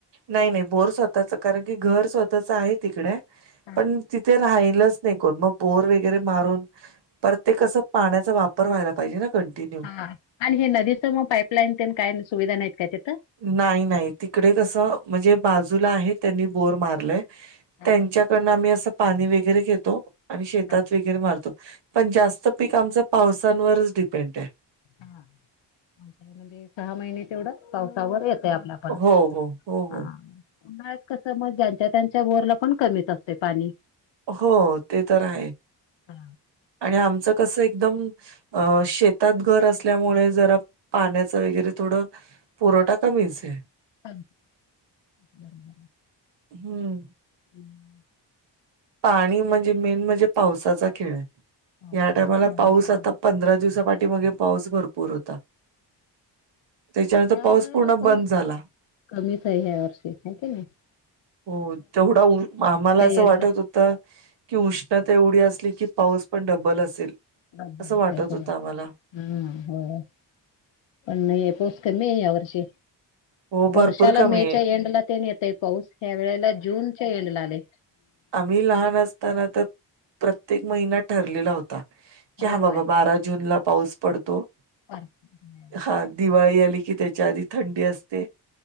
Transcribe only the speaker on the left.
हा
ह आणि हे नदीचं मग पाईपलाईन ते काय सुविधा नाहीत काय त्याथं
हा
हा
हा.
हा म्हणजे सहा महिने तेवढं पावसावर येतय आपल्या ण
हा <inaudible> त कस मग ज्यांच्या त्यांच्या वोरला पण कमीच असते पाणी
हा,
चा बरोबर.
हम्म
पावसातच
त्यामुळं
या
वेळेला
पा
कमीच आहे ह्या वर्षी माती ना,
एंडला
डब्बल
असते
होय.
हा हो पण नाही पोस कमी आहे या वर्षी,
वर्षाला
मेच्या
एंडला ते न येतय पाऊस ह्या वेळेला जूनच्या एंडला आले.
होय
होय.
अच्छा